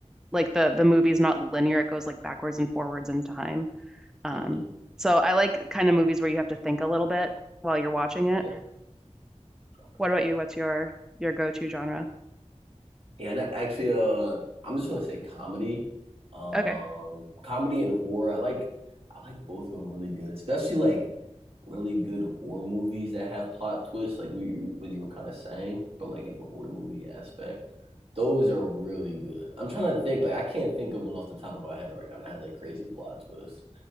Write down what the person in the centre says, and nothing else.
like the the movie's not linear it goes like backwards and forwards in time um
so I like kind of movies where you have to think a little bit while you're watching it
what about you what's your your go-to genre
okay